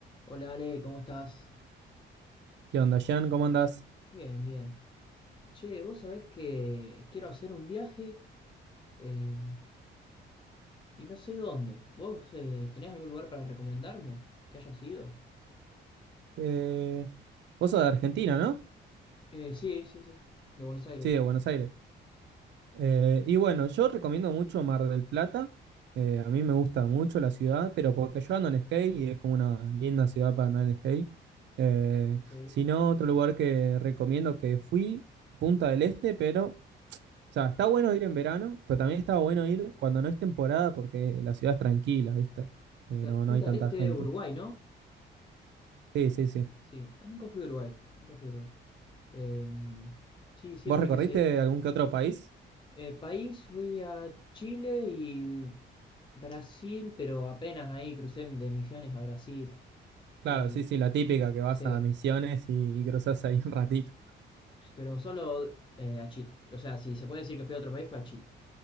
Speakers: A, on the left; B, on the right.
A: Hola Ale, ¿cómo estás?
B: ¿Qué onda, Jean? ¿Cómo andás?
A: Bien, bien. Che, vos sabés que quiero hacer un viaje eh, y no sé dónde. ¿Vos eh, tenés algún lugar para recomendarme que haya sido?
B: Eh, vos sos de Argentina, ¿no?
A: Eh, sí, sí, sí. De Buenos Aires.
B: Sí, de Buenos Aires. Eh, y bueno, yo recomiendo mucho Mar del Plata. Eh, a mí me gusta mucho la ciudad, pero porque yo ando en skate y es como una linda ciudad para andar en skate. Eh,
A: Ok.
B: si no, otro lugar que recomiendo que fui, Punta del Este, pero, o sea, está bueno ir en verano, pero también está bueno ir cuando no es temporada porque la ciudad es tranquila, ¿viste?
A: Punta,
B: Eh, no, no
A: Punta
B: hay tanta
A: del Este,
B: gente.
A: Uruguay, ¿no?
B: Sí, sí, sí.
A: Sí. Ah, nunca fui a Uruguay. Nunca fui a Uruguay. Em, sí, siempre
B: ¿Vos recorriste
A: quise.
B: algún que otro país?
A: Eh, país, fui a Chile y Brasil, pero apenas ahí crucé de Misiones a Brasil. Estuve
B: Claro,
A: ahí.
B: sí, sí, la típica que vas
A: Sí,
B: a Misiones y, cruzas ahí <laughs> un ratito.
A: pero solo eh, a Chile. O sea, si se puede decir que fui a otro país, fue a Chile.